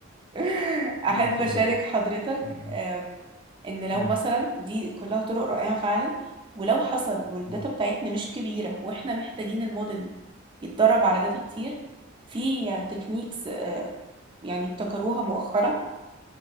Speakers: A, on the right (about 25°); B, on the left (about 50°).
A: <laughs> احب
B: لا اتفضلي
A: اشارك حضرتك
B: يعني
A: آم، ان لو
B: مم.
A: مثلا دي كلها طرق رائعة فعلا ولو حصل والداتا
B: مم.
A: بتاعتنا مش كبيرة واحنا محتاجين الموديل يتدرب على داتا كتير في تكنيكس يعني ابتكروها مؤخرا